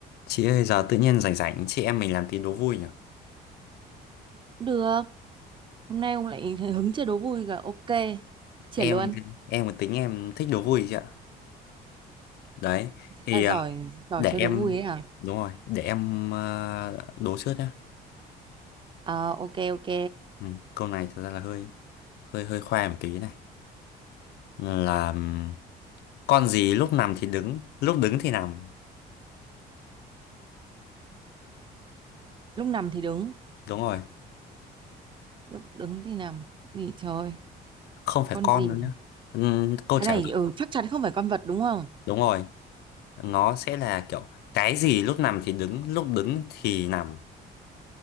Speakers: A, on the left; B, on the right.
A: Chị ơi giờ tự nhiên rảnh rảnh chị em mình làm tí đố vui nhỉ?
B: Được, hôm nay ông lại <laughs> hứng chơi đố vui cả. Ok, triển
A: Em
B: luôn.
A: em một tính em thích đố vui chị ạ. Đấy thì
B: À,
A: ờ,
B: giỏi, giỏi
A: để
B: chơi
A: em
B: đố vui ấy hả
A: đúng rồi, để em ờ, đố trước nhá.
B: Ờ, ok, ok.
A: Ừ, câu này thật ra là hơi hơi hơi khoe một tí này. Là ừm, con gì lúc nằm thì đứng, lúc đứng thì nằm.
B: Lúc nằm thì đứng,
A: Đúng rồi,
B: lúc đứng thì nằm. Gì trời,
A: không phải
B: con
A: con
B: gì?
A: đâu nhá. Ừm, câu
B: Cái
A: trả
B: này
A: lời
B: ừ, chắc chắn không phải con vật đúng không?
A: đúng rồi, nó sẽ là kiểu cái gì lúc nằm thì đứng, lúc đứng thì nằm,